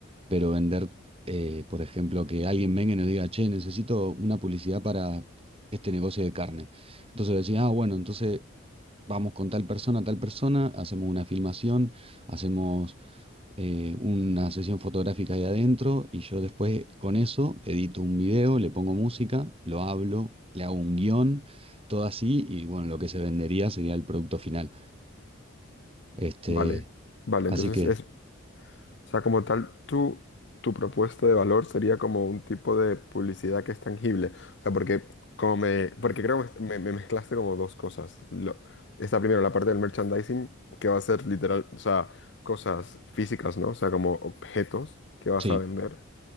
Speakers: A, on the right; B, on the left.
A: pero vender, eh, por ejemplo, que alguien venga y nos diga, che, necesito una publicidad para este negocio de carne. Entonces decía, ah, bueno, entonces vamos con tal persona, tal persona, hacemos una filmación, hacemos eh, una sesión fotográfica ahí adentro y yo después con eso edito un video, le pongo música, lo hablo, le hago un guión, todo así y bueno, lo que se vendería sería el producto final. Este,
B: vale, vale.
A: así
B: Entonces
A: que
B: es, o sea, como tal, tu, tu propuesta de valor sería como un tipo de publicidad que es tangible. O sea, porque como me, porque creo que me, me mezclaste como dos cosas. Lo, está primero la parte del merchandising, que va a ser literal, o sea, cosas físicas, ¿no? O sea, como objetos que vas
A: sí,
B: a vender.